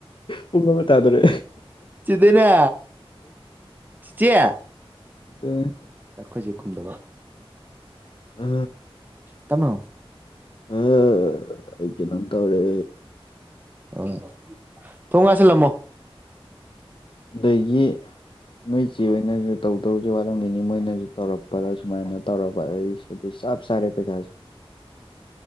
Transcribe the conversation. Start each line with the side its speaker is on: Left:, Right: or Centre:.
Left: ꯄꯨꯕ ꯇꯥꯗꯔꯦ
Right: ꯆꯤꯗꯅ ꯆ ꯆꯌꯥ
Left: ꯑꯗꯨ
Right: ꯣꯏꯗꯕ
Left: ꯑ
Right: ꯇꯃꯣ <inaudible>
Left: ꯑ ꯑꯩ ꯀꯩꯅꯣꯝ ꯇꯧꯔꯦ
Right: ꯑꯣ ꯊꯣꯡꯉꯥꯏꯁꯤꯂꯝꯃꯣ
Left: ꯗꯒꯤ ꯅꯣꯏ ꯏꯆꯦ ꯑꯣꯏꯅꯁꯨ ꯇꯧꯗꯧꯁꯦ ꯋꯥꯠꯂꯝꯈꯤꯅꯤ ꯃꯣꯏꯅꯁꯨ ꯇꯧꯔꯛꯄꯗ ꯁꯨꯃꯥꯏꯅ ꯇꯧꯔꯕ ꯑꯩ ꯗꯤꯁ ꯁꯔꯦ ꯄꯩꯁꯖ